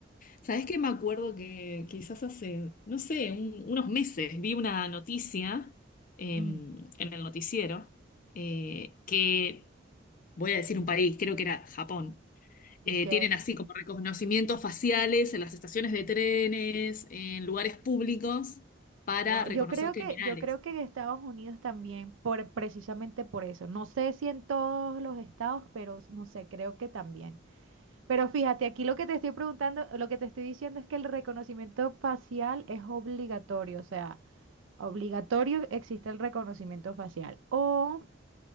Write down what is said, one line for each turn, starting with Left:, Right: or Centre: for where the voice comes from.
Left: ¿Sabés qué? Me acuerdo que quizás hace, no sé, un- unos meses vi una noticia em,
Right: Mm,
Left: en el noticiero eh, que, voy a decir un país, creo que era Japón
Right: ok.
Left: Eh, tienen así como reconocimientos faciales en las estaciones de trenes, en lugares públicos, para
Right: Wow.
Left: reconocer
Right: Yo creo
Left: criminales.
Right: que, yo creo que en Estados Unidos también, por, precisamente por eso. No sé si en todos los estados, pero no sé, creo que también. Pero fíjate, aquí lo que te estoy preguntando, lo que te estoy diciendo es que el reconocimiento facial es obligatorio, o sea. Obligatorio existe el reconocimiento facial o